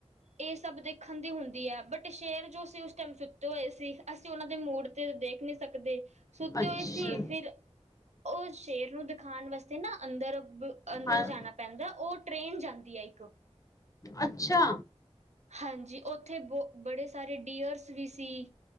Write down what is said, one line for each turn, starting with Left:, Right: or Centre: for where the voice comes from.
Right: ਇਹ ਸਭ ਦੇਖਣ ਦੀ ਹੁੰਦੀ ਹੈ ਬਟ ਸ਼ੇਰ ਜੋ ਅਸੀਂ ਉਸ ਟਾਈਮ ਸੁੱਤੇ ਹੋਏ ਸੀ ਅਸੀਂ ਉਹਨਾਂ ਦੇ ਮੂਡ ਤੇ ਦੇਖ ਨੀ ਸਕਦੇ ਸੁੱਤੇ
Left: ਅੱਛਾ
Right: ਹੋਏ ਸੀ ਫਿਰ ਉਹ ਸੇਰ ਨੂੰ ਦਿਖਾਣ ਵਾਸਤੇ ਤੇ ਨਾ ਅੰਦਰ ਅੰਦਰ
Left: ਹਾਂ
Right: ਜਾਣਾ ਪੈਂਦਾ ਉਹ ਟ੍ਰੇਨ ਜਾ ਹੁੰਦੀ ਐ ਇਕ
Left: ਅੱਛਾ
Right: ਹਾਂਜੀ ਉੱਥੇ ਬਹੁ ਬੜੇ ਸਾਰੇ ਡੀਅਰਸ ਵੀ ਸੀ।